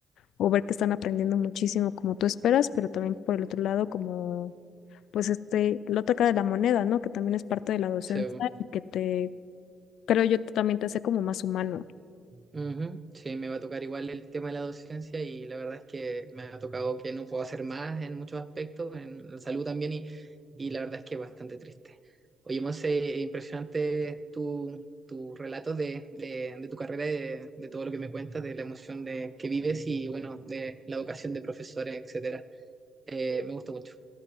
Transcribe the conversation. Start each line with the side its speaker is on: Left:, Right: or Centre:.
Left: o ver que están aprendiendo muchísimo como tú esperas, pero también por el otro lado como pues este, la otra cara de la moneda, ¿no? Que también es parte de la docencia
Right: sí, pues.
Left: y que te, creo yo, también te hace como más humano.
Right: Ujú. Sí, me va a tocar igual el tema de la docencia y la verdad es que me ha tocado que no puedo hacer más en muchos aspectos, en la salud también, y, y la verdad es que es bastante triste. Oye, Monse, impresionante tu, tu relato de, de, de tu carrera, y de, de todo lo que me cuentas, de la emoción de, que vives y, bueno, de la vocación de profesores, etcétera. Eh, me gustó mucho.